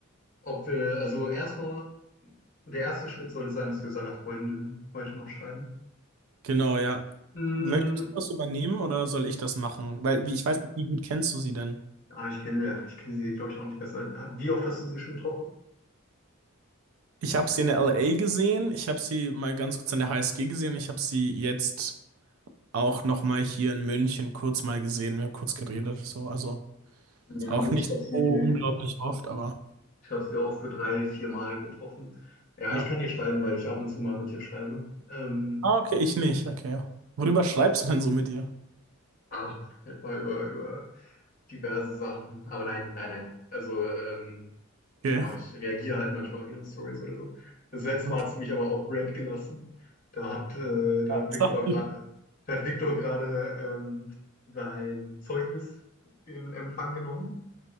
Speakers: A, on the left; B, on the right.
A: ob wir, also erstmal, der erste Schritt sollte sein, dass wir seiner Freundin heute noch schreiben.
B: Genau, ja.
A: Mm,
B: Möchtest du das übernehmen oder soll ich das machen? Weil wie- ich weiß nicht, wie gut kennst du sie denn?
A: ah, ich kenne, ja, ich kenne sie, glaube ich, auch nicht besser. Wie oft hast du sie schon getroffen?
B: Ich habe sie in der LA gesehen, ich habe sie mal ganz kurz an der HSG gesehen, ich habe sie jetzt auch noch mal hier in München kurz mal gesehen, wir haben kurz geredet, so, also ist
A: Ja,
B: auch
A: gut,
B: nicht
A: ich habe sie
B: so unglaublich oft, aber
A: Ich habe sie auch für drei, vier Mal getroffen. Ja,
B: ja.
A: ich kann ihr schreiben, weil ich ab und zu mal mit ihr schreibe. Ähm,
B: Ah, okay, ich nicht, okay. Worüber schreibst du denn so mit ihr?
A: aber halt mal über, über diverse Sachen. Aber nein, nein, nein. Also, ähm,
B: Okay,
A: keine Ahnung, ich reagiere halt manchmal auf ihre Stories oder so. Das letzte
B: okay.
A: Mal hat sie mich aber auch red gelassen. Da hat, äh,
B: <laughs>
A: da
B: Ja,
A: hat
B: ist
A: Viktor
B: doch-
A: gerade, da hat Viktor gerade ähm, sein Zeugnis in Empfang genommen.